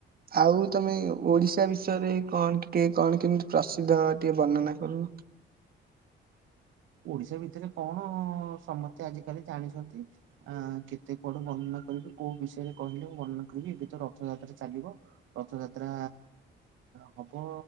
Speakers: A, on the right; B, on the right.
A: ଆଉ ତମେ ଓଡିଶା ବିଷୟରେ, କଣ୍ ଟିକିଏ, କଣ୍ କେମିତି ପ୍ରସିଦ୍ଧ, ଟିକିଏ ବର୍ଣ୍ଣନା କରୁନ?
B: ଓଡିଶା ଭିତରେ କଣ୍, ସମସ୍ତେ ଆଜିକାଲି ଜାଣିଚନ୍ତି। ଆ କେତେ କୁଆଡେ ବର୍ଣ୍ଣନା କରିବି, କୋଉ ବିଷୟରେ କହିଲେ ମୁ ବର୍ଣନା କରିବି, ଏବେ ତ ରଥଯାତ୍ରା ଚାଲିବ। ରଥଯାତ୍ରା ହବ